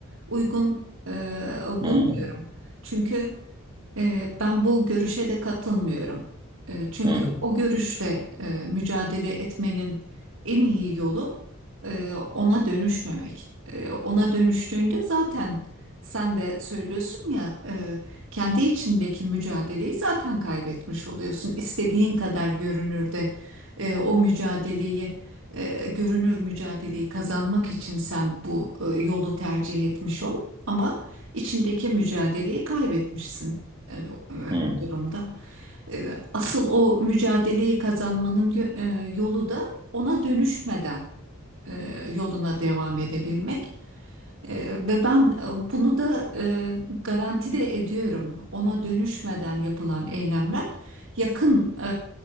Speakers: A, on the right; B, on the right.
A: uygun e, bulmuyorum.
B: Hı,
A: Çünkü Eee, Ben bu görüşe de katılmıyorum. Eee, Çünkü
B: hı,
A: o görüşle eee, mücadele etmenin en iyi yolu eee, ona dönüşmemek. Eee, Ona dönüştüğünde zaten sen de söylüyorsun ya eee, kendi içindeki mücadeleyi zaten kaybetmiş oluyorsun. İstediğin kadar görünür de eee, o mücadeleyi eee, görünür mücadeleyi kazanmak için sen bu eee, yolu tercih etmiş ol ama içindeki mücadeleyi kaybetmişsin e, e,
B: hı,
A: bu durumda. E, Asıl o mücadeleyi kazanmanın yo- e, yolu da ona dönüşmeden e, yoluna devam edebilmek. Ee, Ve ben e, bunu da e, garanti de ediyorum. Ona dönüşmeden yapılan eylemler yakın e,